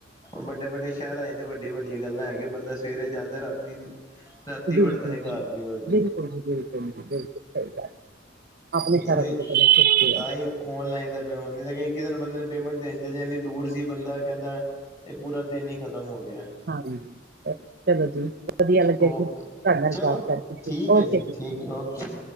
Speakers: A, on the left; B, on the right.
A: ਵੱਡੇ-ਵੱਡੇ ਸ਼ਹਰਾ ਏ ਤੇ ਵੱਡੀਆ-ਵੱਡੀਆਂ ਗੱਲਾਂ ਹੈਗੀਆ। ਬੰਦਾ ਸਵੇਰੇ ਜਾਂਦਾ ਰਾਤੀ ਰਾਤੀ
B: ਬਿਲਕੁਲ
A: ਵੜਦੇ ਨੇ ਘਰ
B: ਜੀ
A: ਵੀ, ਹੋਰ ਕੀ।
B: ਬਿਲਕੁਲ ਬਿਲਕੁਲ, ਸਈ ਗੱਲ ਏ, ਅਪਨੇ ਸ਼ਹਰਾਂ
A: ਉਹੀ
B: ਦੀ ਤੇ
A: ਤਾਂ ਹੀ ਔਨਲਾਈਨ ਦਾ ਪੇਮੈਂਟ ਮਤਲਬ ਕਿ ਕਿਸੇ ਨੂੰ ਬੰਦੇ ਨੂੰ ਪੇਮੈਂਟ ਦੇਨ ਚੱਲ ਜੇ ਏਨੀ ਦੂਰ ਸੀ ਬੰਦਾ ਕੈਂਦਾ ਪੂਰਾ ਦਿਨ ਈ ਖ਼ਤਮ ਹੋ ਗਿਆ।
B: ਹਾਂਜੀ ਚਲੋ ਜੀ ਵਧੀਆ ਲਗੇਆ
A: ਉਹ
B: ਜੀ ਤਾਡੇ ਨਾਲ
A: ਚਲੋ
B: ਗੱਲ ਕਰਕੇ
A: ਠੀਕ
B: ਜੀ,
A: ਹੈ
B: ਓਕੇ ਜੀ।
A: ਠੀਕ ਏ, ਓਕੇ।